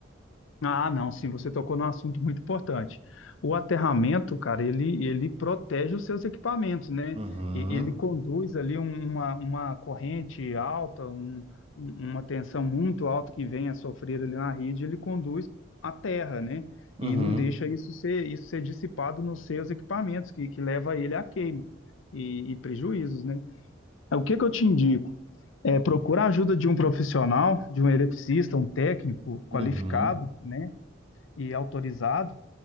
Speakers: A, on the left; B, on the right.
A: Ah, não, sim, você tocou num assunto muito importante. O aterramento, cara, ele, ele protege os seus equipamentos, né?
B: Uhum,
A: E- Ele conduz ali um- uma, uma corrente alta, um- um- uma tensão muito alta que vem a sofrer ali na rede, ele conduz à terra, né?
B: uhum,
A: E não deixa isso ser, isso ser dissipado nos seus equipamentos, que, que leva ele à queima e, e prejuízos, né? O que que eu te indico? É, procura a ajuda de um profissional, de um eletricista, um técnico qualificado,
B: uhum,
A: né? e autorizado